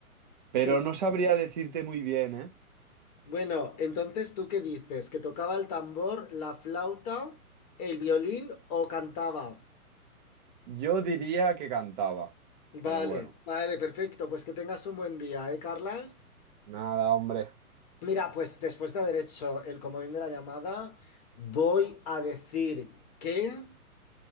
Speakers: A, on the right; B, on the left.
A: pero
B: <laughs>
A: no sabría decirte muy bien, ¿eh?
B: Bueno, entonces, ¿tú qué dices? ¿Que tocaba el tambor, la flauta, el violín o cantaba?
A: Yo diría que cantaba,
B: Vale,
A: pero bueno,
B: vale, perfecto. Pues que tengas un buen día, ¿eh, Carlas?
A: nada, hombre.
B: Mira, pues después de haber hecho el comodín de la llamada, voy a decir que